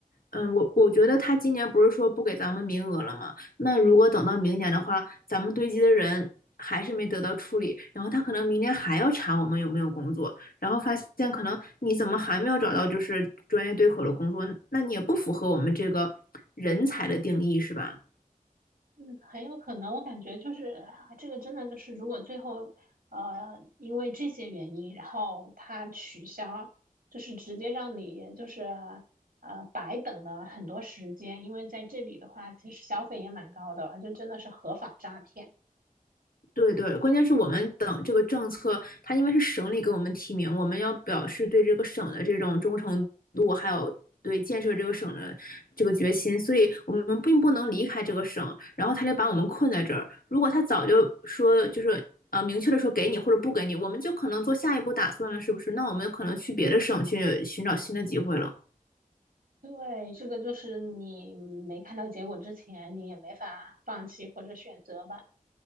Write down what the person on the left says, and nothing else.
嗯，我我觉得他今年不是说不给咱们名额了吗？那如果等到明年的话，咱们堆积的人还是没得到处理，然后他可能明年还要查我们有没有工作，然后发现可能你怎么还没有找到就是专业对口的工作，那你也不符合我们这个人才的定义，是吧？
对对，关键是我们等这个政策，它因为是省里给我们提名，我们要表示对这个省的这种忠诚度，还有对建设这个省的这个决心，所以我们并不能离开这个省，然后他就把我们困在这儿。如果他早就说就是呃明确的说给你或者不给你，我们就可能做下一步打算了，是不是？那我们可能去别的省去寻找新的机会了。